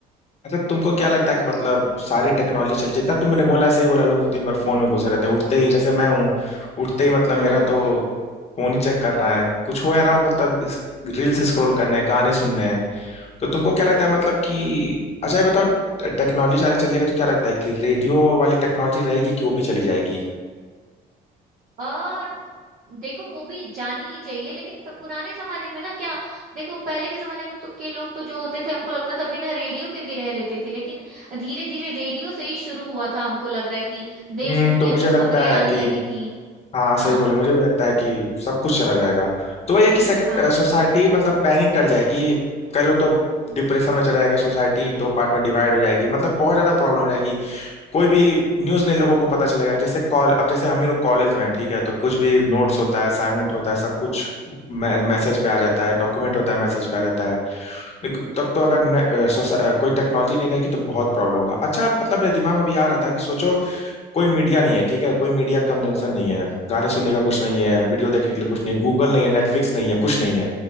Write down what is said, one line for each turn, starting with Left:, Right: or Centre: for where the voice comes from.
Left: अच्छा तुमको क्या लगता है कि मतलब सारी टेक्नोलॉजी चल जितना तुमने बोला है, सही बोला लोग दिन भर फोन में घुसे रहते हैं उठते ही जैसे मैं हूँ उठते ही मतलब
Right: को
Left: मेरा तो
Right: <laughs>
Left: फोन ही चेक करना है कुछ हो या ना हो मतलब इस रील्स स्क्रॉल करने हैं गाने सुनने हैं तो तुमको क्या लगता है मतलब कि अच्छा ये बताओ टेक्नोलॉजी सारी चल जाएगी तो क्या लगता है कि रेडियो वाली टेक्नोलॉजी रहेगी कि वो भी चली जाएगी
Right: आ, देखो वो भी जानी ही चाहिए लेकिन प- पुराने जमाने में ना क्या देखो पहले के जमाने में तो के लोग तो जो होते थे हमको लगता था बिना रेडियो के भी रह लेते थे लेकिन धीरे धीरे रेडियो से ही शुरू हुआ था हमको लग रहा है कि देश
Left: हम्म
Right: दुनिया
Left: तो मुझे
Right: की
Left: लगता
Right: खबरें आने
Left: है कि
Right: लगी थी
Left: हाँ
Right: हाँ
Left: सही बोले मुझे भी लगता है कि सब कुछ चला जाएगा तो वही है कि
Right: हाँ
Left: सोसाइटी मतलब पैनिक कर जाएगी कई लोग तो डिप्रेशन में चले जाएंगे सोसाइटी दो पार्ट में डिवाइड हो जाएगी मतलब बहुत ज्यादा प्रॉब्लम हो जाएगी कोई भी न्यूज नहीं लोगों को पता चलेगा जैसे कॉल अब जैसे हम ही लोग कॉलेज में हैं, ठीक है तो कुछ भी नोट्स होता है असाइनमेंट होता है सब कुछ मैसेज पे आ जाता है डॉक्यूमेंट होता है मैसेज पे आ जाता है लेकिन तब तो अगर न, अ, सोसा- अ, कोई टेक्नोलॉजी नहीं रहेगी तो बहुत प्रॉब्लम होगा अच्छा मतलब मेरे दिमाग में भी आ रहा था कि सोचो कोई मीडिया नहीं है ठीक है कोई मीडिया कंजम्पशन नहीं है गाने सुनने का कुछ नहीं है वीडियो देखने के लिए कुछ नहीं है गूगल नहीं है नेटफ्लिक्स नहीं है कुछ नहीं है